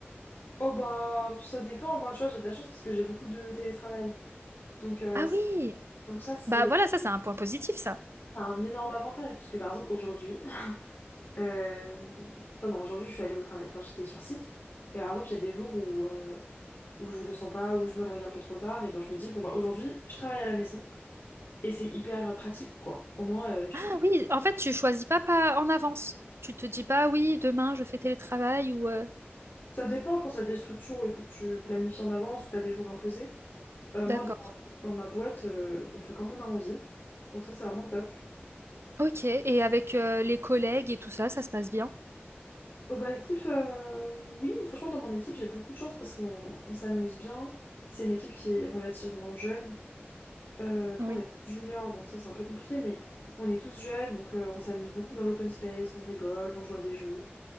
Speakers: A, on the left; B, on the right.
A: Oh bah, ça dépend. Moi, tu vois, j'ai de la chance parce que j'ai beaucoup de télétravail. Donc, euh,
B: Ah
A: ça,
B: oui,
A: donc ça, c'est
B: bah voilà, ça c'est un point positif, ça.
A: un énorme avantage, parce que par exemple, aujourd'hui, euh, enfin non, aujourd'hui, je suis allée au travail, enfin j'étais sur site, et par exemple, il y a des jours où, euh, où je le sens pas, où je me réveille un peu trop tard, et bien je me dis, bon bah aujourd'hui, je travaille à la maison, et c'est hyper pratique, quoi. Au moins, euh, je
B: Ah
A: trouve que
B: oui, en fait, tu choisis pas, pas en avance. Tu te dis pas, oui, demain je fais télétravail ou... euh,
A: ça dépend, je pense, à des structures où il faut que tu planifies en avance, où tu as des jours imposés. Euh, moi,
B: D'accord.
A: dans, dans ma boîte, euh, on fait comme on a envie, donc ça, c'est vraiment top.
B: Ok, et avec euh, les collègues et tout ça, ça se passe bien?
A: Oh bah écoute, euh, oui, franchement dans mon équipe j'ai beaucoup de chance parce qu'on on s'amuse bien. C'est une équipe qui est relativement jeune. Euh, après
B: Oui.
A: on est tous juniors donc ça c'est un peu compliqué mais on est tous jeunes donc euh, on s'amuse beaucoup dans l'open space, on rigole, on joue à des jeux.